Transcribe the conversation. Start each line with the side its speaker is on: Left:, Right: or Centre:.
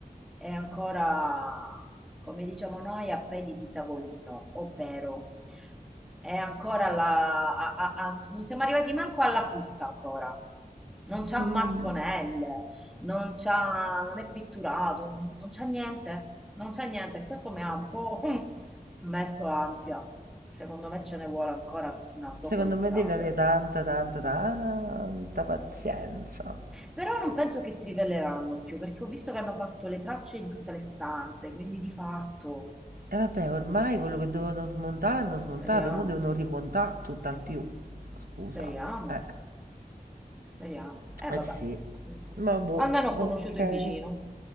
Centre: è ancora come diciamo noi a piedi di tavolino ovvero è ancora la a- a- a- non siamo arrivati manco alla frutta ancora non c'ha
Right: Mm.
Centre: mattonelle non c'ha non è pitturato non non c'ha niente non c'è niente, questo mi ha un po' <laughs> messo ansia. Secondo me ce ne vuole ancora fino a dopo
Right: Secondo
Centre: l'estate.
Right: me devi avere tanta, tanta, tanta pazienza.
Centre: Però non penso che trivelleranno più, perché ho visto che hanno fatto le tracce in tutte le stanze, quindi di fatto
Right: E vabbè, ormai quello che dovevano smontare hanno smontato,
Centre: speriamo,
Right: ora devono rimontare tutt'al più. Scusa.
Centre: speriamo,
Right: Eh,
Centre: speriamo. E eh,
Right: eh
Centre: vabbè,
Right: sì.
Centre: comunque.
Right: Ma boh,
Centre: Almeno ho conosciuto
Right: ok.
Centre: il vicino.